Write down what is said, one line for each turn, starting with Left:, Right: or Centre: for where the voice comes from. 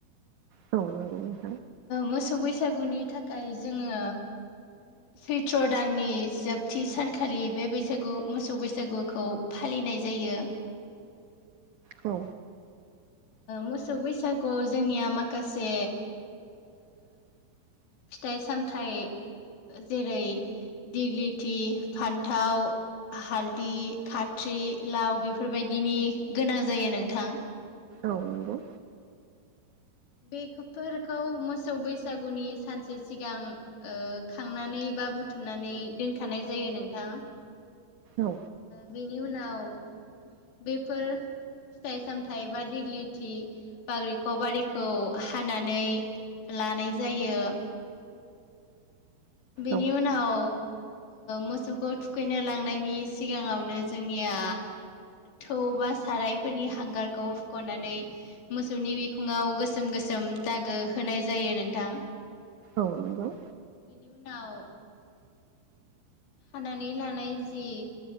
Right: औ
Left: मोसौ बैसागुनि थाखाय जोङो सैत्र दाननि जोबथि सानखालि बे बैसागु मोसौ बैसागुखौ फालि नाय जायो।
Right: औ
Left: मोसौ बैसागुआव जोंनिया माखासे फिथाइ सामथाइ जेरै दिग्लिथि फान्थाव हालदि खथ्रि लाव बेफोरबायदिनि गोनां जायो नोंथां।
Right: औ नंगौ
Left: बेफोरखौ मोसौ बैसागुनि सानसे सिगां खांनानै बा बुथुमनानै दोनथानाय जायो नोंथां।
Right: औ
Left: बेनि उनाव बेफोर फिथाइ सामथायाइ बा दिेग्लिथि बाग्रिखौ बारिखौ हानानै लानाय जायो। बिनि
Right: औ
Left: उनाव मोसौखौ थुखैनो लांनायनि सिगाङावनो जोंनिया थौ बा सारायफोरनि हांगारखौ हुख'नानै मोसौनि बिखुङाव गोसोम गोसोम जोम दागो होनाय जायो नोंथां।
Right: औ नंगौ
Left: बिनि उनाव हानानै लानाय जि